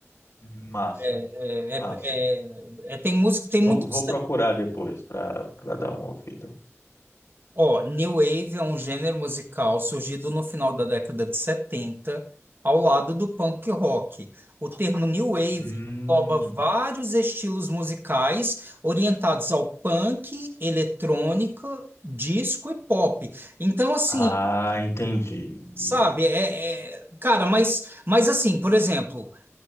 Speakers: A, on the left; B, on the right.
A: Massa,
B: É,
A: massa.
B: é- é- é- tem música, tem muitos
A: Vou, vou procurar depois para dar uma ouvida.
B: Ó, New Wave é um gênero musical surgido no final da década de 70, ao lado do punk rock. O termo New Wave
A: Hum,
B: engloba vários estilos musicais orientados ao punk, eletrônica, disco e pop. Então, assim,
A: ah, entendi.
B: sabe, é, é- cara, mas, mas assim, por exemplo,